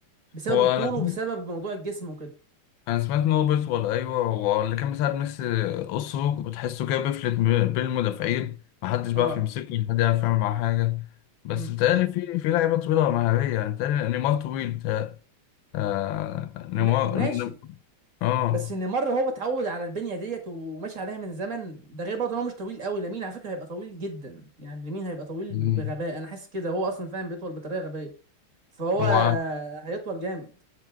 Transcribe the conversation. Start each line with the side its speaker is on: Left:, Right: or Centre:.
Right: بسبب
Left: هو
Right: الطول
Left: انا
Right: وبسبب موضوع الجسم وكده
Left: انا سمعت ان هو بيطول ايوه هو اللي كان مساعد ميسي قصه وتحسه كده بيفلت م- بين المدافعين محدش بيعرف
Right: اه
Left: يمسكه ولا حد يعرف يعمل معاه حاجه بس
Right: مم.
Left: بيتهيألي في في لعيبه طويله مهاريه يعني بيتهيألي نيمار طويل بيتهيألي- آه نيمار
Right: ما- ماشي
Left: ن- اه
Right: بس نيمار هو اتعود على البنيه ديت وماشي عليها من زمن ده غير برضه إن هو مش طويل قوي لامين على فكره هيبقى طويل جدا يعني لامين هيبقى طويل
Left: مم.
Right: ب- بغباء انا حاسس كده هو اصلا فعلا بيطول بطريقه غبيه فهو
Left: هو
Right: هيطول جامد